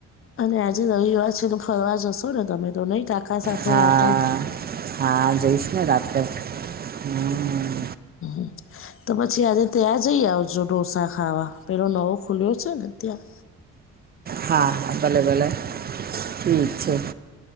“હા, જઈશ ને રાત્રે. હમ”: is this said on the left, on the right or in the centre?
Right